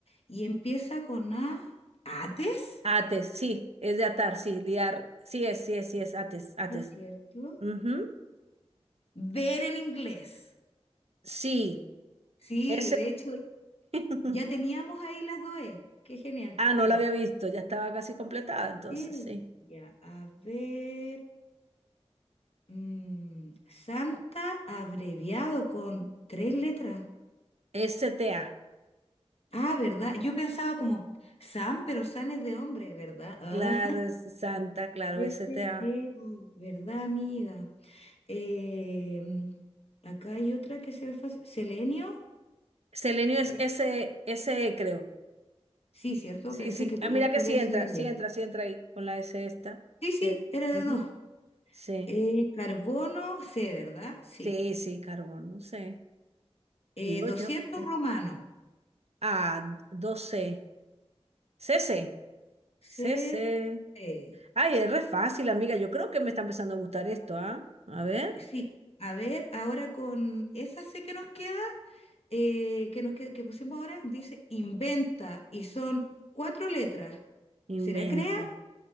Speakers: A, on the left; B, on the right.
A: y empieza con A. ¿Ates?
B: Ates, sí, es de atar, sí, liar. Sí es, sí es, sí es, ates, ates.
A: Sí, cierto.
B: Ujú.
A: Ver en inglés.
B: Sí,
A: Sí,
B: e
A: de hecho,
B: <laughs>
A: ya teníamos ahí las dos E. Qué genial.
B: Ah, no
A: Ya.
B: la había visto, ya estaba casi completada, entonces,
A: Sí.
B: sí.
A: Ya, a ver. mm, Santa abreviado con tres letras.
B: s t a
A: Ah, ¿verdad? Yo pensaba como Sam, pero San es de hombre, ¿verdad? Ah.
B: claro, es Santa, claro,
A: ST,
B: s t a
A: Mm. ¿verdad, amiga? Em, acá hay otra que se ve fácil. ¿Selenio?
B: Selenio es
A: ¿Eh?
B: S, E, s e creo.
A: Sí, ¿cierto?
B: Sí,
A: Pensé
B: sí.
A: que podía
B: Ah, mira que
A: ser
B: sí
A: S
B: entra,
A: L.
B: sí entra, sí entra ahí con la S esta. Sí.
A: Sí, sí, era de
B: Ujú.
A: dos.
B: Sí,
A: Eh, carbono, C, ¿verdad? Sí.
B: sí, sí, carbono, sí. Digo
A: Eh,
B: yo.
A: 200
B: sí.
A: romano,
B: Ah, dos C CC.
A: C,
B: CC.
A: C.
B: Ay, es re fácil, amiga. Yo creo que me está empezando a gustar esto, ¿ah? A ver.
A: Sí. A ver, ahora con esa C que nos queda, eh, que, nos que, que pusimos ahora, dice inventa y son cuatro letras. ¿Será
B: Inventa.
A: crea?